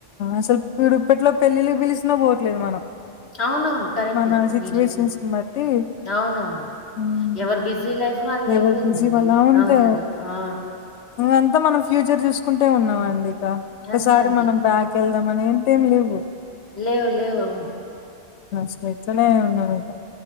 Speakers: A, on the left (about 75°); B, on the left (about 60°).
A: అసలు ఇప్పుడు ఇప్పట్లో పెళ్ళళ్ళకి పిలిసినా పోవట్లేదు మనం
B: అవునవును కరెక్టే
A: మన సిచ్యువేషన్స్
B: మీరు చెప్పింది
A: బట్టి
B: అవునవును
A: హ్మ్.
B: ఎవరు బిజీ లైఫ్ వాళ్ళది
A: ఎవరు
B: అయిపోయిందండి
A: బిజీ వాళ్ళ ఉంటే
B: అదే అదే ఆ
A: అంతా మనం ఫ్యూచర్ చూసుకుంటే వున్నమండి ఇక ఒకసారి
B: అంతే. అంతే.
A: మనం బ్యాక్ వెళ్దాంమని ఏంటేం లేవు
B: లేవు లేవు అవును
A: శ్నెచనే ఉన్నామింక